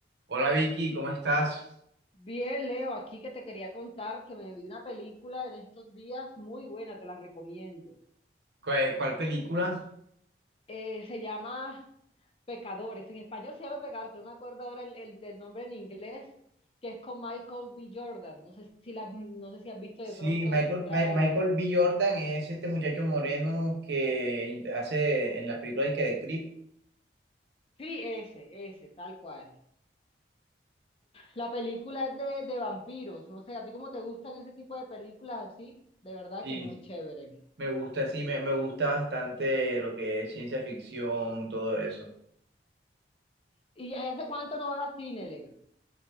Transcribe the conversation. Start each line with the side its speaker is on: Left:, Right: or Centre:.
Right: Hola Vicky, ¿cómo estás?
Left: Bien, Leo, aquí que te quería contar que me vi una película en estos días muy buena, te la recomiendo.
Right: ¿Cuál, cuál película?
Left: Eh, se llama Pecadores, en español se llama Pecadores, pero no me acuerdo ahora el, el- del nombre en inglés, que es con Michael B. Jordan. No sé si, la, no sé si has visto
Right: Sí,
Left: de pronto
Right: Michael,
Left: el tráiler.
Right: Mi- Michael B. Jordan es este muchacho moreno que int- hace en las películas que de Creep.
Left: Sí, ese, ese, tal cual. La película es de, de vampiros, no sé, a ti cómo te gustan ese tipo de películas así, de verdad
Right: Sí.
Left: que muy chévere.
Right: Me gusta, sí, me, me gusta bastante lo que es ciencia ficción, todo eso.
Left: ¿Y ya- ¿y hace cuánto no vas a cine, Leo?